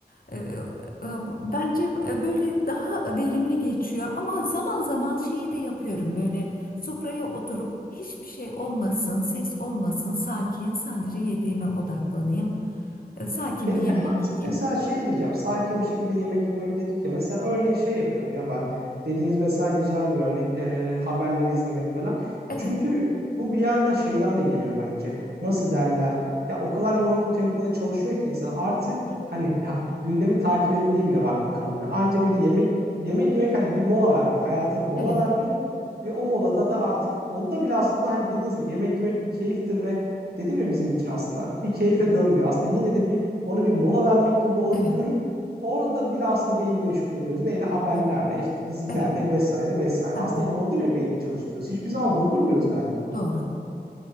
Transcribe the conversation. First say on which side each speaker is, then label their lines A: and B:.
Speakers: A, on the left; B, on the right.
A: E, e, Bence e, böyle daha verimli geçiyor ama zaman zaman şeyi de yapıyorum böyle sofraya oturup hiçbir şey olmasın, ses olmasın, sakin sadece yediğime odaklanayım. E, Sakin
B: Peki
A: bir yemek
B: ha-
A: yiyeyim.
B: mesela şey diyeceğim sakin bir şekilde yemek yemek dedik ya mesela örneğin şey yapıyorum ya ben dediğiniz mesela güzel bir örnek e, haberleri izlemek falan.
A: Evet,
B: Çünkü bu bir yandan şeyden de geliyor bence nasıl derler ya o kadar yoğun tempoda çalışıyor ki insan artık
A: doğru.
B: hani ha- gündemi takip etmeye bile vakti kalmıyor. Anca böyle yemek yemek yemek hani bir mola vermek hayata bir mola
A: Evet,
B: vermek ve o molada da artık onda bile aslında hani dediğiniz gibi yemek yemek bir keyiftir ve dedim ya bizim için aslında bir keyfe dönmüyor aslında yine de bir onu bir mola vermek gibi olup
A: evet,
B: görüp orada bile aslında beyni meşgul ediyoruz. Neyle? Haberlerle,
A: doğru.
B: işte dizilerle
A: Evet,
B: vesaire vesaire.
A: hı
B: Aslında
A: hı,
B: orada bile beyni çalıştırıyoruz. Hiçbir zaman durdurmuyoruz galiba.
A: doğru.